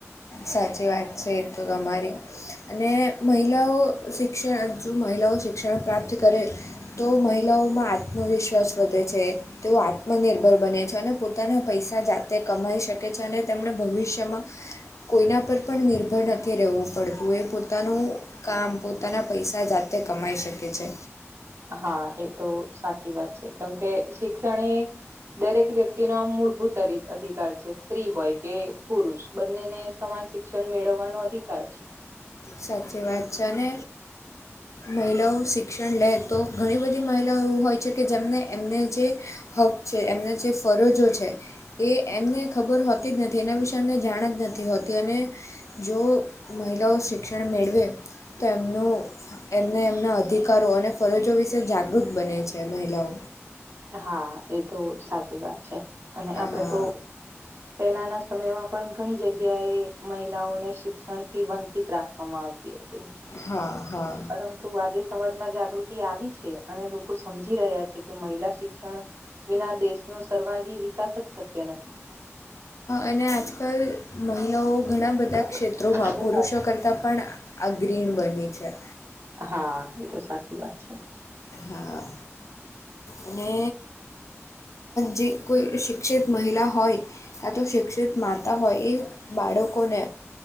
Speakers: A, on the left; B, on the right.
A: સાચી વાત છે એ તો તમારી અને મહિલાઓ શિક્ષણ જો મહિલાઓ શિક્ષણ પ્રાપ્ત કરે તો મહિલાઓમાં આત્મવિશ્વાસ વધે છે. તેઓ આત્મનિર્ભર બને છે અને પોતાના પૈસા જાતે કમાઈ શકે છે અને તેમણે ભવિષ્યમાં. કોઈના પર પણ નિર્ભર નથી રહેવું પડતું એ પોતાનું. કામ પોતાના પૈસા જાતે કમાઈ શકે છે
B: હા એ તો સાચી વાત છે કેમકે શિક્ષણએ દરેક વ્યક્તિ નો આમ મૂળભૂત અધિકાર છે. સ્ત્રી હોય કે પુરુષ બંનેને સમાન શિક્ષણ મેળવવાનો અધિકાર છે
A: સાચી વાત છે અને મહિલાઓ શિક્ષણ લે તો ઘણી બધી મહિલાઓ એવું હોય છે કે જેમને એમને જે હક છે એમના જે ફરજો છે. એ એમને ખબર હોતી જ નથી એના વિશે અમને જાણ જ નથી હોતી અને જો મહિલાઓ શિક્ષણ મેળવે તો એમનો એમને એમના અધિકારો અને ફરજો વિશે જાગૃત બને છે મહિલાઓ
B: હા એ તો સાચી વાત છે અને
A: હા
B: આપડે તો. પહેલાના સમયમાં પણ ઘણી જગ્યાએ મહિલાઓને શી. શિક્ષણ થી વંચિત રાખવામાં આવતી હતી
A: હા હા
B: પરંતુ આજે. સમાજમાં જાગૃતિ આવી છે અને લોકો સમજી રહ્યા છે કે મહિલા. શિક્ષણ વિના દેશ ન સર્વાંગી વિકાસ જ શક્ય નથી.
A: અને આજકાલ. મહિલાઓ ઘણા બધા
B: એ
A: ક્ષેત્રોમાં પુરુષો
B: વાત
A: કરતાં પણ અગ્રણ બની છે.
B: હા એ તો સાચી વાત છે
A: હા અને જે કોઈ શિક્ષિત મહિલા હોય. ક્યાં તો શિક્ષિત માતા હોય એ બાળકોને